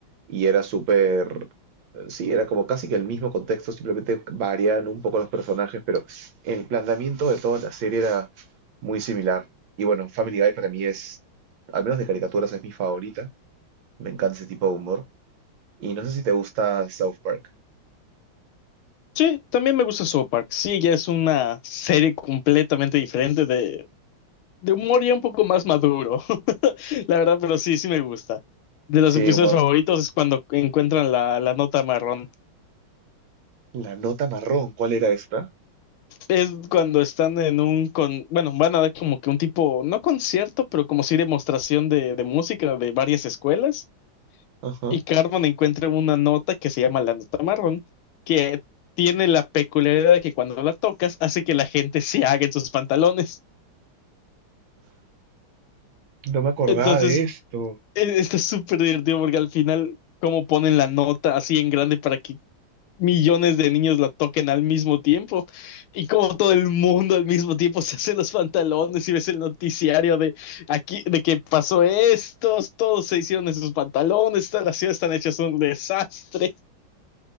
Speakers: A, on the right; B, on the left.
A: y era súper, sí, era como casi que el mismo contexto, simplemente variaban un poco los personajes, pero el planteamiento de toda la serie era muy similar. Y bueno, Family Guy para mí es, al menos de caricaturas, es mi favorita. Me encanta ese tipo de humor. Y no sé si te gusta South Park.
B: Sí, también me gusta South Park. Sí, ya es una serie completamente diferente de, de humor ya un poco más maduro, <laughs> la verdad, pero sí, sí me gusta. De los
A: Sí,
B: episodios
A: humor.
B: favoritos es cuando encuentran la, la nota marrón.
A: La nota marrón, ¿cuál era esta?
B: Es cuando están en un con, bueno, van a dar como que un tipo, no concierto, pero como sí demostración de, de música de varias escuelas.
A: Ajá.
B: Y Carmen encuentra una nota que se llama la nota marrón, que tiene la peculiaridad de que cuando la tocas hace que la gente se haga en sus pantalones.
A: No me acordaba
B: Entonces
A: de esto.
B: E- Está súper divertido porque al final, como ponen la nota así en grande para que millones de niños la toquen al mismo tiempo y como todo el mundo al mismo tiempo se hace los pantalones y ves el noticiario de aquí, de que pasó esto, todos se hicieron en sus pantalones, todas las ciudades están hechas un desastre.